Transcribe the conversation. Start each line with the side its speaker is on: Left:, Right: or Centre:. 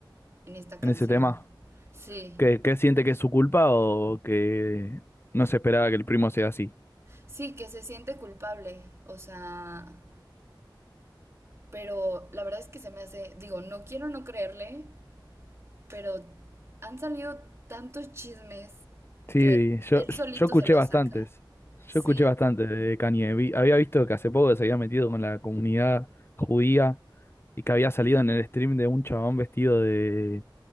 Right: en esta canción.
Left: En ese tema.
Right: Sí,
Left: ¿Qué, qué siente que es su culpa o que no se esperaba que el primo sea así?
Right: sí, que se siente culpable, o sea, pero la verdad es que se me hace, digo, no quiero no creerle, pero han salido tantos chismes
Left: Sí,
Right: que
Left: yo,
Right: él solito
Left: yo escuché
Right: se los
Left: bastantes.
Right: saca. Sí,
Left: Yo escuché bastante de Kanye. Vi- había visto que hace poco se había metido con la comunidad judía y que había salido en el stream de un chabón vestido de